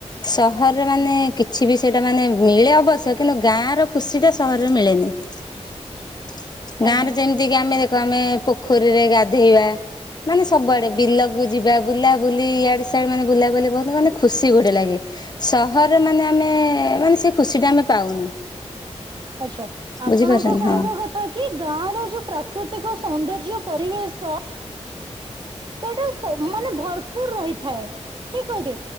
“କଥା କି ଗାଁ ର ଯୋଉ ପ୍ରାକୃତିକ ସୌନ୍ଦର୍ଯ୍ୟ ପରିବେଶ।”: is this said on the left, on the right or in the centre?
Right